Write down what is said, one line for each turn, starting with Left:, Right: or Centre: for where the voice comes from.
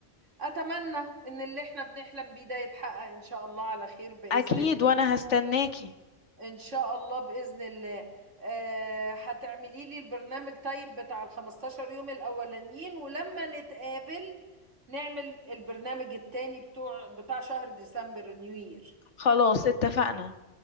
Right: اتمنى ان اللي احنا بنحلم بيه ده يتحقق ان شاء الله على خير باذن
Left: أكيد
Right: الله
Left: وأنا هستناكي
Right: ان شاء الله باذن الله آه هتعملي لي البرنامج طيب بتاع ال 15 يوم الاولانيين ولما نتقابل نعمل البرنامج التاني بتوع بتاع شهر ديسمبر نيو يير
Left: خلاص اتفقنا